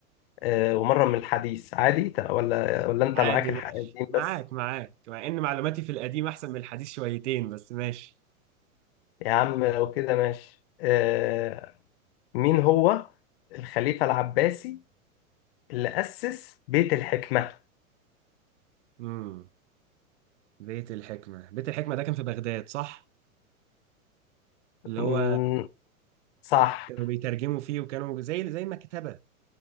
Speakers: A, on the left; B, on the right.
A: آه، ومره من الحديث عادي ت- ولا ولا انت
B: عادي
A: معاك الحقيقتين
B: ماشي معاك
A: بس
B: معاك مع ان معلوماتي في القديم احسن من الحديث شويتين بس ماشي
A: يا عم لو كده ماشي آه، مين هو الخليفه العباسي اللي اسس بيت الحكمه
B: امم بيت الحكمة بيت الحكمة ده كان في بغداد صح اللي
A: مم،
B: هو
A: صح
B: كانوا بيترجموا فيه وكانوا زي زي مكتبة